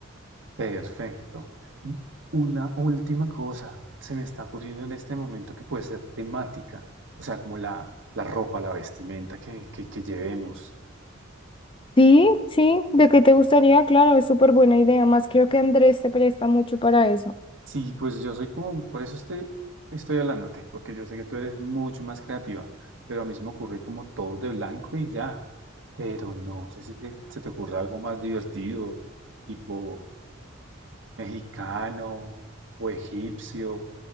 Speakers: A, on the right; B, on the left.
A: perfecto. Y una última cosa se me está ocurriendo en este momento que puede ser temática, o sea, como la, la ropa, la vestimenta que, que que llevemos.
B: Sí, sí, ¿de qué te gustaría? Claro, es súper buena idea. Más creo que Andrés te presta mucho para eso.
A: Sí, pues yo soy como, por eso estoy, estoy hablándote, porque yo sé que tú eres mucho más creativa, pero a mí se me ocurre como todos de blanco y ya, pero no sé si te- se te ocurre algo más divertido, tipo mexicano o egipcio,